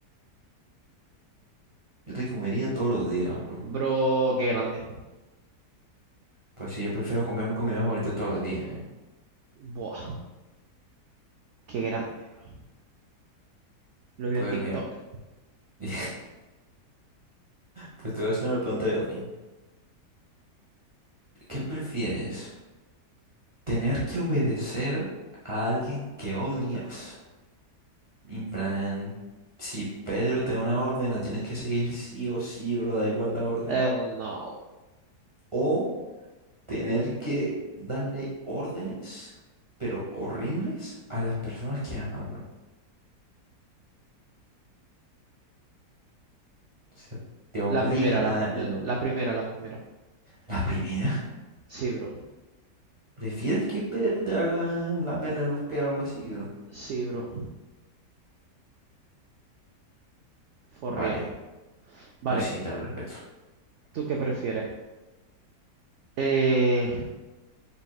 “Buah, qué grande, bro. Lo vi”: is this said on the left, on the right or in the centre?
Right